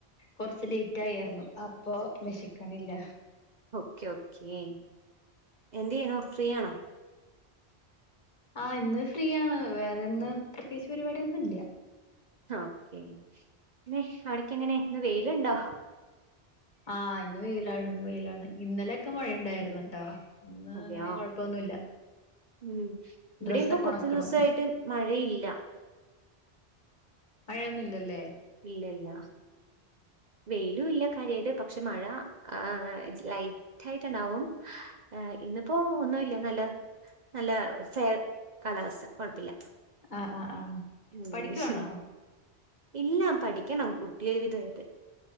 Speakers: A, on the left (about 45°); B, on the right (about 45°).
A: കൊറച്ച് ലേറ്റ് ആയാർന്നു അപ്പൊ പ്പൊ വെഷക്കണ്ല്ല
B: ഓക്കെ ഓക്കേ എന്ത് ചെയ്യണു ഫ്രീയാണോ
A: ആ ഇന്ന് ഫ്രീയാണ് വേറെന്ന് പ്രത്യേകിച്ച് പരിപാടിയൊന്നുല്ല
B: ഹ ഓക്കേ ന്നെ അവിടക്കെങ്ങനെ ന്ന് വെയിലിണ്ടോ
A: ആ ഇന്ന് വെയിലാണ് ഇന്ന് വെയിലാണ് ഇന്നലെയൊക്കെ മഴണ്ടായിര്ന്ന്ട്ടോ
B: ഉം
A: ന്ന്
B: അതെയോ
A: അങ്ങനെ കൊഴപ്പൊന്നുല്ല
B: ഉം ഇവിടെയിപ്പൊ
A: ഡ്രസ്സൊക്കെ
B: കൊറച്ചു
A: ഒണക്കണു
B: ദിവസായിട്ട് മഴയില്ല
A: മഴയൊന്നു ഇല്ലല്ലേ
B: ഇല്ല ഇല്ല വെയിലും ഇല്ല കര്യാട്ട് പക്ഷെ മഴ ആ ലൈറ്റ് ആയിട്ടെണ്ടാവും അ ഇന്നിപ്പോ ഒന്നുമില്ല നല്ല നല്ല ഫെയർ കാലാവസ്ഥ കൊഴപ്പില്ല
A: ആഹ് ആഹ് ആഹ്
B: മ്
A: പഠിക്കുവാണോ
B: ഹ് ഇല്ല പഠിക്കണം കുട്ടിയൊരു വിതായിട്ട്